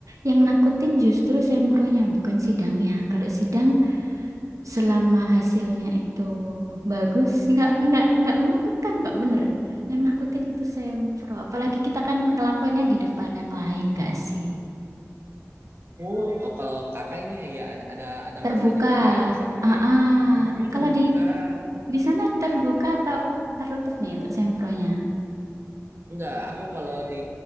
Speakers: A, on the right (about 80°); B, on the right (about 50°).
A: yang nakutin justru sempronya bukan sidangnya. Kalau sidang Selama hasilnya itu bagus, nggak nggak nggak menakutkan, nggak bener. Yang nakutin itu sempro. Apalagi kita kan ngelakuinnya di depan yang lain, nggak sih?
B: Oh, oh kalau kakak ini ya ya, ada ada ada
A: Terbuka.
B: masanya juga ya pas sempro
A: Ah,
B: ya.
A: ah.
B: Oh,
A: Kalau
B: terbuka.
A: di
B: Oh.
A: di sana terbuka atau tertutup nih untuk sempronya? <laughs>
B: Enggak, aku kalau di